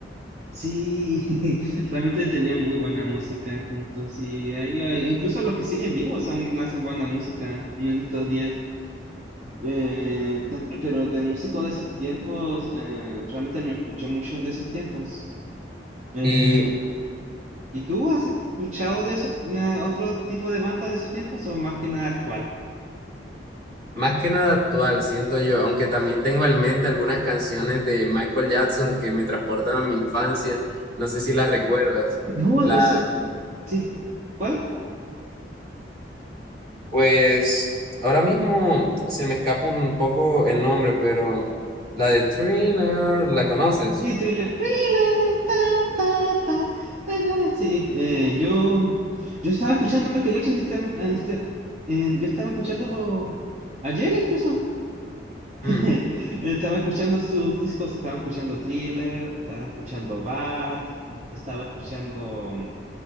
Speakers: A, on the right; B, on the right.
A: Sí, <laughs> realmente tenían muy buena música juntos y hay- hay- incluso los que siguen vivos aún hacen buena música en estos días. Eh, tam- pero de músicos de esos tiempos, eh, realmente no escucho mucho de esos tiempos. Eh,
B: Y
A: ¿y tú has escuchado de esos na- otro tipo de banda de esos tiempos o más que nada actual?
B: más que nada actual, siento yo, aunque también tengo en mente algunas canciones de Michael Jackson que me transportan a mi infancia. No sé si las recuerdas.
A: No,
B: La,
A: eso sí. ¿Cuál?
B: pues ahora mismo se me escapa un poco el nombre, pero la de Thriller, ¿la conoces?
A: Sí, thriller, thriller, ta, ta, ta, na, na, na. Sí, eh, yo, yo estaba escuchando Michael Jackson, lista- ah, lista- en- yo estaba escuchándolo ayer incluso. <laughs>
B: Mm,
A: Estaba escuchando sus discos, estaba escuchando Thriller, estaba escuchando Bad, estaba escuchando